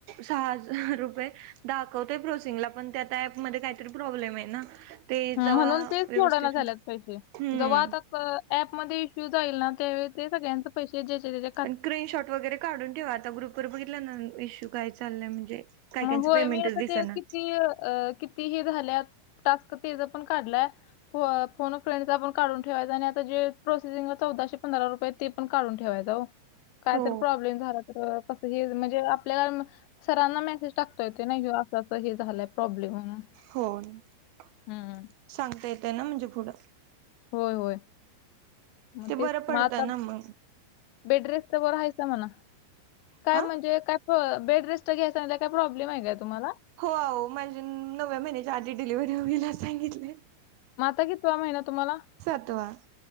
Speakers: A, on the right; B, on the left.
A: सहा हजार रुपये दाखवतोय प्रोसिंगला पण त्या ॲपमध्ये काहीतरी प्रॉब्लेम आहे ना ते
B: हं,
A: जव
B: म्हणून ते सोडाना
A: व्यवस्थित
B: झाल्यात पैसे
A: हम्म
B: जेव्हा आता ऍप मध्ये इश्यू जाईल ना त्यावेळी ते सगळ्यांचे पैसे ज्याचे तेच्या
A: पण स्क्रीनशॉट वगैरे काढून ठेवा आता ग्रुप वर बघितलं ना इश्यू काय चाललाय म्हणजे काय
B: मग
A: कायचं
B: होय
A: पेमेंटच
B: मी आता
A: दिसेना
B: ते किती कि ती हे झाल्यात टास्क तेजा पण काढलाय होय फोन अ फ्रेंडचा पण काढून ठेवायचा आणि आता जे प्रोसेसिंगला चौदाशे पंधरा रुपये आहेत. ते पण काढून ठेवायचं हो काय
A: हो
B: तर प्रॉब्लेम झाला तर कस हे म्हणजे आपल्या सरांना मेस गेच टाकता येतोय नाही का असं असं हे झालाय प्रॉब्लेम म्हणून?
A: हो ना
B: हम्म
A: सांगता येतय ना म्हणजे पुढं
B: होय होय मग ते
A: बरं पडतं
B: म आता
A: ना मग
B: बेडरेस्ट तर बरयचा म्हणा काय
A: हा
B: म्हणजे काय हो बेड रेस्ट घ्यायचा म्हणजे काय प्रॉब्लेम आहे काय तुम्हाला?
A: हो माझ्या नव्या महिन्याच्या आधी डिलिव्हरी होईल सांगितलंय.
B: मग आता कितवा महिना तुम्हाला
A: सातवा